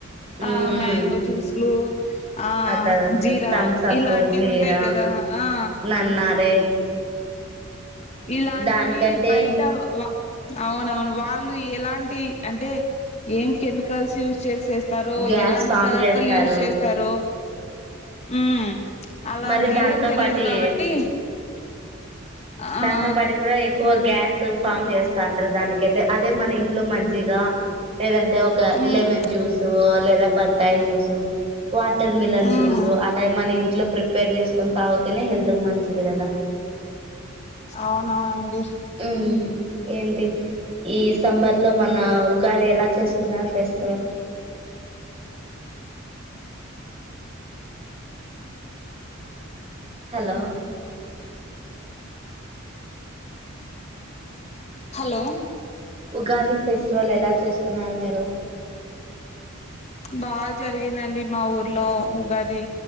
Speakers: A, on the right; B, on the left.
A: ఉమ్
B: ఆ మ్యాంగో జ్యూస్లు ఆ
A: తర్వాత
B: జీరా
A: థమ్సప్
B: ఇలాంటివుంటయ్
A: జీరా
B: కదా కదా ఆ
A: నన్నారే
B: ఇలాంటివి
A: దానికంటే
B: బయట వా అవునవును వాళ్ళు ఎలాంటి అంటే ఏం కెమికల్స్ యూజ్ చేస్ చేస్తారో
A: గ్యాస్
B: ఎలాంటి
A: ఫామ్
B: పదార్థాలు
A: చేస్తారు
B: యూస్ చేస్తారో ఉమ్ అలాగ
A: మరి దాంతో
B: ఏం తెలిదు
A: పాటి
B: కాబట్టి ఆ
A: దాంతో
B: ఆ
A: పాటి కూడా ఎక్కువ గ్యాస్ స్ ఫామ్ చేస్తాంటారు దానికైతే అదే మన ఇంట్లో మజ్జిగా ఏదన్ ఒక
B: ఉమ్
A: లెమన్ జ్యూసు లేదా బత్తాయి జ్యూసు వాటర్ మిలన్
B: ఉమ్
A: జ్యూస్ అలా మన ఇంట్లో ప్రిపేర్ చేసుకొని తాగుతేనే హెల్త్కి మంచిది కదా
B: అవునా అండి.
A: మ్మ్ ఏంటి ఈ సంబర్లో మన్న ఉగాది ఎలా చేసుకున్నారు ఫెస్టివల్ అ హలో
B: హలో
A: ఉగాది ఫెస్టివల్ ఎలా చేసుకున్నారు మీరు
B: బాగ్ జరిగిందండి మా ఊర్లో ఉగాది